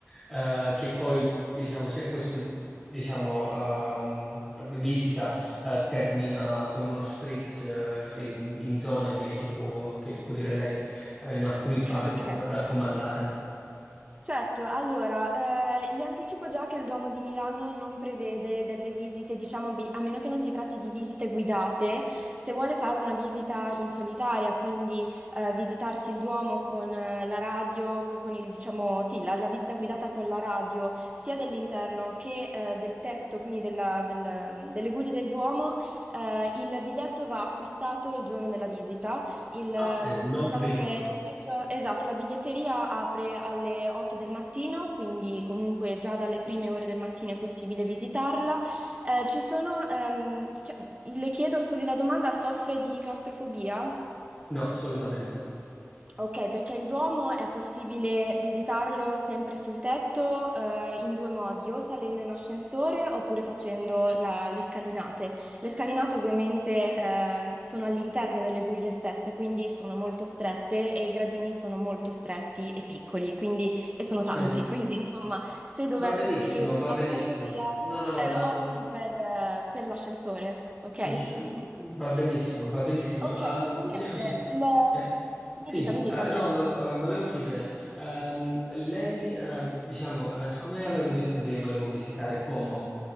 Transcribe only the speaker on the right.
<laughs>
Ok,
certo. Allora, eh, le anticipo già che il Duomo di Milano non prevede delle visite, diciamo, bi- a meno che non si tratti di visite guidate. Se vuole fare una visita in solitaria, quindi eh, visitarsi il Duomo con eh, la radio, co- con il, diciamo, sì, la, la visita guidata con la radio, sia dell'interno che eh, del tetto, quindi della- del- delle guglie del Duomo, eh, il biglietto va acquistato il giorno della visita. Il, ehm,
diciamo
che l'ufficio, esatto, la biglietteria apre alle 8 del mattino, quindi comunque già dalle prime ore del mattino è possibile visitarla. Eh, ci sono, ehm, dicia- le chiedo, scusi la domanda, soffre di claustrofobia?
Ok, perché il Duomo è possibile visitarlo sempre sul tetto, eh, in due modi, o salendo in ascensore oppure facendo la- le scalinate. Le scalinate ovviamente ehm, sono all'interno delle guglie stesse, quindi sono molto strette e i gradini sono molto stretti e piccoli, quindi, e sono
tanti. <laughs> Quindi insomma, se dovesse
soffrire di
claustrofobia,
eh,
opti per, eh, per l'ascensore, ok?
<laughs>
Ok,
invece,
le-
mi dica, mi dica.